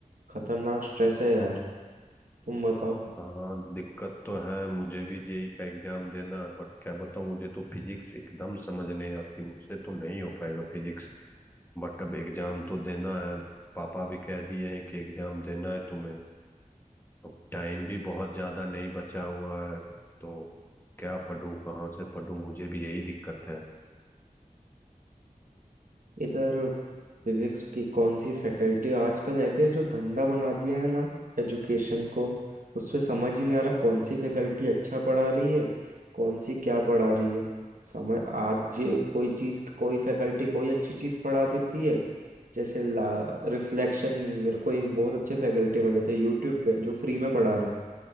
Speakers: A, on the right (about 80°); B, on the left (about 15°).
A: खतरनाक स्ट्रेस है यार तुम बताओ
B: हाँ दिक्कत तो है मुझे भी जेई का एग्जाम देना बट क्या बताऊँ मुझे तो फिजिक्स एकदम समझ नहीं आती मुझसे तो नहीं हो पाएगा फिजिक्स बट अब एग्जाम तो देना है पापा भी कह दिए हैं कि एग्जाम देना है तुम्हें अब टाइम भी बहुत ज्यादा नहीं बचा हुआ है तो क्या पढूं कहाँ से पढूं मुझे भी यही दिक्कत है
A: इधर फिजिक्स की कौन सी फैकल्टी आजकल है कि जो धंधा बना दिया है ना एजुकेशन को उस पे समझ ही नहीं आ रहा कौन सी फैकल्टी अच्छा पढ़ा रही है कौन सी क्या पढ़ा रही है समझ आज ये कोई चीज कोई फैकल्टी कोई अच्छी चीज पढ़ा देती है जैसे ला रिफ्लेक्शन मेरे को एक बहुत अच्छे फैकल्टी मिले थे यूट्यूब पे जो फ्री में पढ़ा रहे हैं